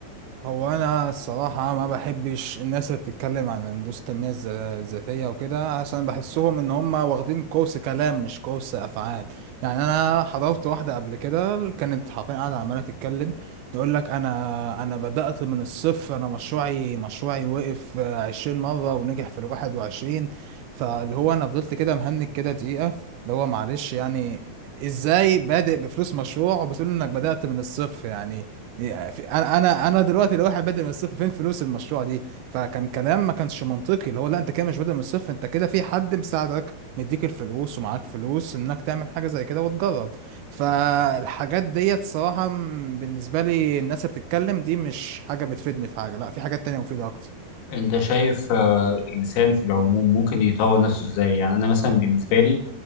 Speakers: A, on the right; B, on the left.
A: هو انا الصراحه ما بحبش الناس اللي بتتكلم عن هندسه التنميه الذ- الذاتيه وكده عشان بحسهم ان هم واخدين كورس كلام مش كورس افعال يعني انا حضرت واحده قبل كده كانت حرفيا قاعده عماله تتكلم يقول لك انا انا بدات من الصفر انا مشروعي مشروعي وقف آه، 20 مره ونجح في الواحد وعشرين فاللي هو انا فضلت كده مهنج كده دقيقه اللي هو معلش يعني ازاي بادئ بفلوس مشروع وبتقول انك بدات من الصفر يعني يعني في- انا انا انا دلوقتي لو واحد بادئ من الصفر فين فلوس المشروع دي فكان كلام ما كانش منطقي اللي هو لا انت كده مش بادئ من الصفر انت كده في حد مساعدك مديك الفلوس ومعاك فلوس انك تعمل حاجه زي كده وتجرب فالحاجات ديت صراحه م- بالنسبه لي الناس اللي بتتكلم دي مش حاجه بتفيدني في حاجه لا في حاجات تانية مفيده اكتر
B: أنت شايف أه الإنسان في العموم ممكن يطور نفسه إزاي؟ يعني أنا مثلا بالنسبة لي